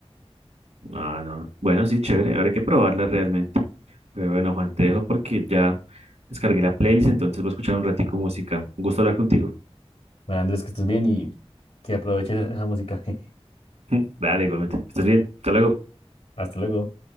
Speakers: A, on the right; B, on the left.
A: Ah, no. Bueno, sí, chévere. Ahora hay que probarla realmente. Pero bueno, Juan, te dejo porque ya descargué la playlist, entonces voy a escuchar un ratico música. Un gusto hablar contigo.
B: Bueno, Andrés, que estés bien y que aproveches esa música. <laughs>
A: <laughs> Dale, igualmente. Estás bien. Hasta luego.
B: Hasta luego.